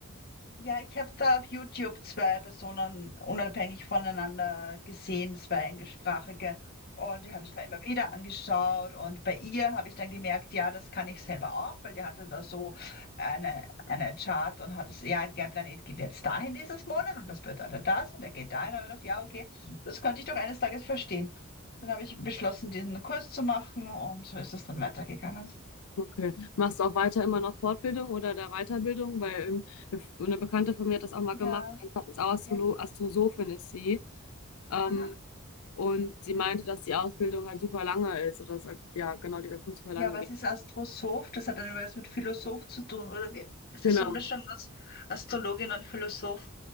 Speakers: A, on the left; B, on the left.
A: Ja, ich habe da auf YouTube zwei Personen unabhängig voneinander gesehen, zwei englischsprachige. Und die habe ich mir immer wieder angeschaut. Und bei ihr habe ich dann gemerkt, ja, das kann ich selber auch, weil die hatte da so eine, eine Chart und hat es, ja, der Planet geht jetzt dahin dieses Monat und das bedeutet das und er geht dahin. Und ich dachte, ja, okay, das konnte ich doch eines Tages verstehen. Dann habe ich beschlossen, diesen Kurs zu machen und so ist es dann weitergegangen.
B: Okay. Machst du auch weiter immer noch Fortbildung oder der Weiterbildung? Weil ähm, eine F- eine Bekannte von mir hat das auch mal
A: Ja,
B: gemacht, ist auch Astrolo
A: ja,
B: Astrosophin ist sie. Ähm,
A: aha.
B: und sie meinte, dass die Ausbildung halt super lange ist oder dass halt, ja, genau, dieser Kurs super
A: Ja,
B: lange
A: was
B: geht.
A: ist Astrosoph? Das hat dann was mit Philosoph zu tun, oder wie? Ist
B: Genau,
A: das so eine Mischung aus Astrologin und Philosoph?